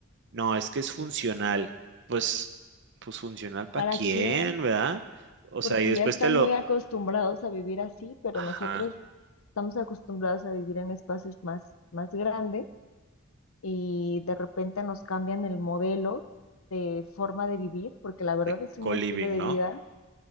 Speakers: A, on the right; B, on the left.
A: no, es que es funcional. Pues, pues funcional para
B: ¿Para
A: quién,
B: quién?
A: ¿verdad? O
B: porque
A: sea, y después
B: ya están
A: te lo,
B: muy acostumbrados a vivir así, pero
A: ajá,
B: nosotros estamos acostumbrados a vivir en espacios más, más grandes y de repente nos cambian el modelo de forma de vivir, porque la verdad
A: de
B: es un
A: co-living,
B: estilo de
A: ¿no?
B: vida,